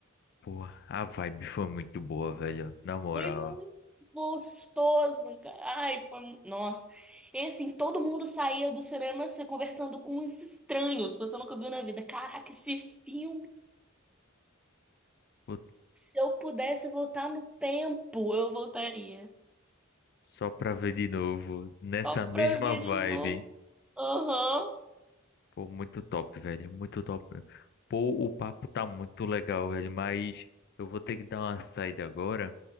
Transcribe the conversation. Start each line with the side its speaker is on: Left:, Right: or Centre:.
Left: Pô, a vibe foi muito boa, velho. Na moral.
Centre: Foi muito gostoso, cara. Ai, foi. mu- Nossa. E assim, todo mundo saía do cinema se conversando com uns estranhos, que você nunca viu na vida. Caraca, esse filme,
Left: Pô,
Centre: se eu pudesse voltar no tempo, eu voltaria.
Left: Só pra ver de novo, nessa
Centre: Só
Left: mesma
Centre: pra eu ver
Left: vibe.
Centre: de novo. Aham.
Left: Pô, muito top, velho. Muito top. mesmo. Pô, o papo tá muito legal, velho. Mas eu vou ter que dar uma saída agora